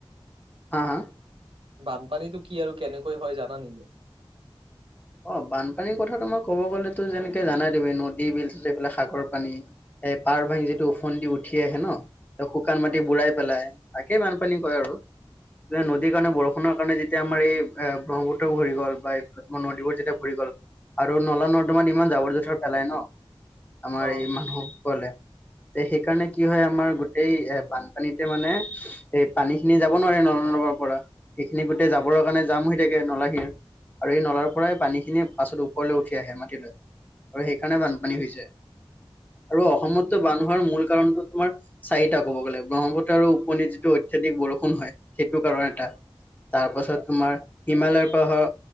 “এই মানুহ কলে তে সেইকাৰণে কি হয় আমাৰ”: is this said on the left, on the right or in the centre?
Left